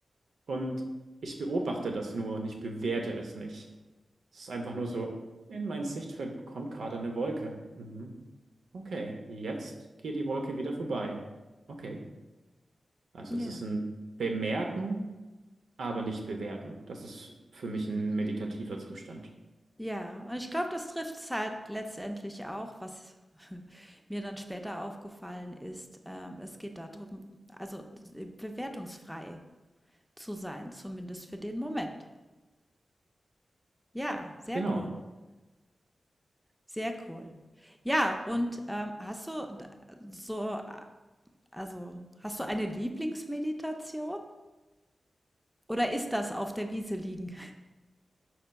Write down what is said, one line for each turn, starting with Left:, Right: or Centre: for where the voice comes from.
Right: Und ich beobachte das nur und ich bewerte es nicht. Es ist einfach nur so, in mein Sichtfeld kommt gerade eine Wolke. Mhm. Okay, jetzt geht die Wolke wieder vorbei. Okay, also
Centre: ja.
Right: es ist ein Bemerken, aber nicht bewerten. Das ist für mich ein meditativer Zustand.
Centre: Ja, und ich glaube, das trifft es halt letztendlich auch, was <laughs> mir dann später aufgefallen ist. Ähm, es geht darum also d- äh, bewertungsfrei zu sein, zumindest für den Moment. Ja, sehr
Right: Genau.
Centre: cool, sehr cool. Ja, und ähm, hast du d- so, a- also hast du eine Lieblingsmeditation oder ist das auf der Wiese liegen?